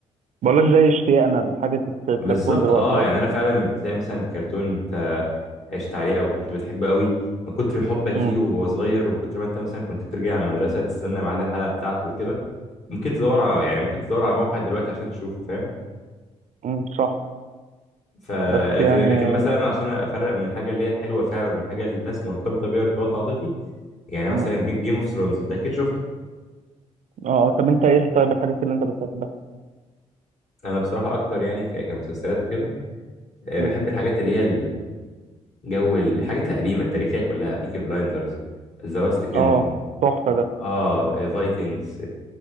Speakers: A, on the right; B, on the left.
A: بقولك زي اشتياقنا لحاجة الكرتون
B: بالظبط
A: دلوقتي
B: اه
A: قصدي
B: يعني انا فعلا بتلاقي مثلا الكرتون انت عشت عليه او كنت بتحبه قوي من كتر حبك
A: مم.
B: ليه وهو صغير وكتر ما انت مثلا كنت بترجع المدرسه تستنى ميعاد الحلقه بتاعته وكده ممكن تدور على يعني ممكن تدور على موقع دلوقتي عشان تشوفه فاهم
A: مم. صح
B: ف
A: بس
B: لكن
A: يعني
B: لكن مثلا عشان افرق بين الحاجه اللي هي الحلوه فعلا من الحاجه اللي الناس مرتبطه بيها ارتباط عاطفي يعني مثلا
A: مم.
B: جيم اوف ثرونز انت اكيد شفته
A: اه طب انت ايه طيب الحاجات اللي انت بتحبها
B: انا بصراحه اكتر يعني ك- كمسلسلات وكده آه،
A: مم.
B: بحب الحاجات اللي هي جو الحاجات القديمه التاريخيه كلها بيكي بلايندرز ذا لاست كيندم
A: اه تحفة ده
B: اه فايكنجز